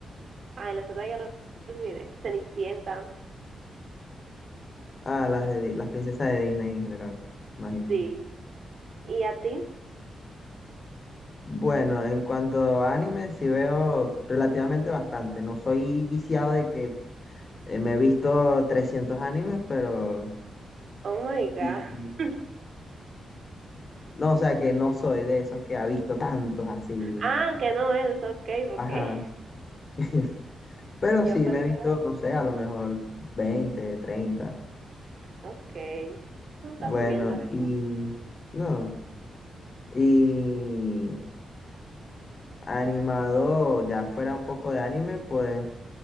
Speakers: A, on the right; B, on the left.
A: Ay, las otras ya lo olvidé. Cenicienta,
B: Ah, las de, Di- las princesas de Disney en general, imagino.
A: sí. ¿Y a ti?
B: Bueno, en cuanto a anime, sí veo relativamente bastante. No soy viciado de que eh, me he visto 300 animes, pero
A: Oh my God.
B: sí.
A: <laughs>
B: No, o sea que no soy de esos que ha visto tantos así.
A: Ah, que no eres, ok, porque
B: Ajá. <laughs>
A: <laughs>
B: Pero
A: yo
B: sí,
A: pensaba,
B: me he visto,
A: bueno,
B: no sé, a lo mejor 20 treinta
A: ok. No está
B: Bueno,
A: muy bien la verdad.
B: y no. Y animado, ya fuera un poco de anime, pues